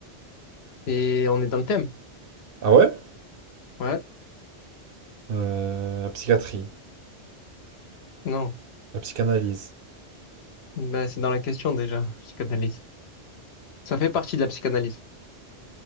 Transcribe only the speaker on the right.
Ah ouais?
Euh, la psychiatrie,
la psychanalyse,